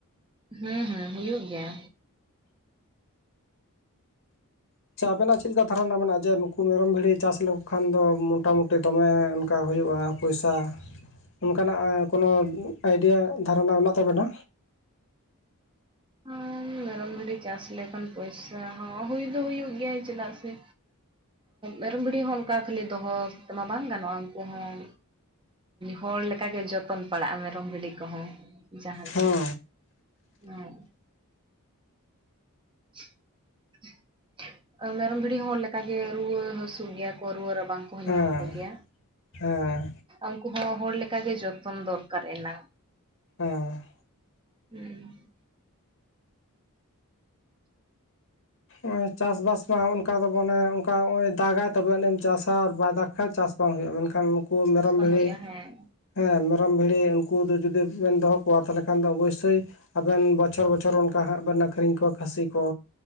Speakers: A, on the right (about 25°); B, on the left (about 60°).
A: ᱦᱮᱸ ᱦᱮᱸ ᱦᱩᱭᱩᱜ ᱜᱮᱭᱟ
B: ᱟᱪᱪᱷᱟ ᱟᱵᱮᱱᱟᱜ ᱪᱮᱫ ᱞᱮᱠᱟ ᱫᱷᱟᱨᱚᱱᱟ ᱢᱮᱱᱟᱜᱼᱟ ᱡᱮ ᱱᱩᱠᱩ ᱢᱮᱨᱚᱢ ᱵᱷᱤᱲᱤ ᱪᱟᱥ ᱞᱮᱠᱚ ᱠᱷᱟᱱ ᱫᱚ ᱢᱚᱴᱟᱢᱩᱴᱤ ᱫᱚᱢᱮ ᱚᱱᱠᱟ ᱦᱩᱭᱩᱜᱼᱟ ᱯᱚᱭᱥᱟ ᱚᱱᱠᱟᱱᱟᱜ ᱠᱳᱱᱳ ᱟᱭᱰᱤᱭᱟ ᱫᱷᱟᱨᱚᱱᱟ ᱢᱮᱱᱟᱜ ᱛᱟᱵᱮᱱᱟ
A: ᱦ ᱢᱮᱨᱚᱢ ᱵᱷᱤᱲᱤ ᱪᱟᱥ ᱞᱮᱠᱷᱟᱱ ᱯᱚᱭᱥᱟ ᱦᱚᱸ ᱦᱩᱭ ᱫᱚ ᱦᱩᱭᱩᱜ ᱜᱮᱭᱟ ᱪᱮᱫᱟᱜ ᱥᱮ ᱢᱮᱨᱚᱢ ᱵᱷᱤᱲᱰᱤ ᱦᱚᱸ ᱚᱱᱠᱟ ᱠᱷᱟᱹᱞᱤ ᱫᱚᱦᱚ ᱛᱮᱢᱟ ᱵᱟᱝ ᱜᱟᱱᱚᱜᱼᱟ ᱩᱱᱠᱩ ᱦᱚᱸ ᱦᱚᱲ ᱞᱮᱠᱟᱜᱮ ᱡᱚᱛᱚᱱ ᱯᱟᱲᱟᱜᱼᱟ ᱢᱮᱨᱚᱢ ᱵᱷᱤᱰᱤ ᱠᱚᱦᱚᱸ <unintelligible> ᱜᱮ ᱦᱚᱸ
B: ᱦᱮᱸ
A: <inaudible> ᱢᱮᱨᱚᱢ ᱵᱷᱤᱲᱤ ᱦᱚᱲ ᱞᱮᱠᱟᱜᱮ ᱨᱩᱣᱟᱹ ᱦᱟᱹᱥᱩᱜ ᱜᱮᱭᱟ ᱠᱚ ᱨᱩᱣᱟᱹ ᱨᱟᱵᱟᱝ ᱠᱚᱦ
B: ᱦᱮᱸ
A: ᱧᱟᱢ ᱠᱚᱜᱮᱭᱟ
B: ᱦᱮᱸ
A: ᱩᱱᱠᱩ ᱦᱚᱸ ᱦᱚᱲ ᱞᱮᱠᱟᱜᱮ ᱡᱚᱛᱚᱱ ᱫᱚᱨᱠᱟᱨ ᱮᱱᱟᱝ
B: ᱦᱮᱸ
A: ᱦᱩᱸ
B: ᱱᱚᱜ ᱪᱟᱥᱵᱟᱥ ᱢᱟ ᱚᱱᱠᱟ ᱫᱚ ᱵᱚᱱᱮ ᱚᱱᱠᱟ ᱱᱚᱜᱼᱚᱭ ᱫᱟᱜᱟᱭ ᱛᱚᱵᱮᱱᱮᱢ ᱪᱟᱥᱟ ᱟᱨ ᱵᱟᱭ ᱫᱟᱜᱽ ᱠᱷᱟᱱ ᱪᱟᱥ ᱵᱟᱝ ᱦᱩᱭᱩᱜᱼᱟ ᱢᱮᱱᱠᱷᱟᱱ ᱠᱩ
A: ᱪᱟᱥ
B: ᱢᱮᱨᱚᱢ
A: ᱵᱟᱝ
B: ᱵᱷᱤᱲᱤ
A: ᱦᱩᱭᱩᱜᱼᱟ ᱦᱮᱸ
B: ᱦᱮᱸ ᱢᱮᱨᱚᱢ ᱵᱷᱤᱲᱤ ᱩᱱᱠᱩ ᱫᱚ ᱡᱩᱫᱤ ᱵᱮᱱ ᱫᱚᱦᱚ ᱠᱚᱣᱟ ᱛᱟᱦᱚᱞᱮ ᱠᱷᱟᱱ ᱫᱚ ᱚᱵᱚᱥᱥᱳᱭ ᱟᱵᱮᱱ ᱵᱚᱪᱷᱚᱨ ᱵᱚᱪᱷᱚᱨ ᱚᱱᱠᱟ ᱦᱟᱸᱜ ᱵᱮᱱ ᱟᱹᱠᱷᱨᱤᱧ ᱠᱚᱣᱟ ᱠᱷᱟᱹᱥᱤ ᱠᱚ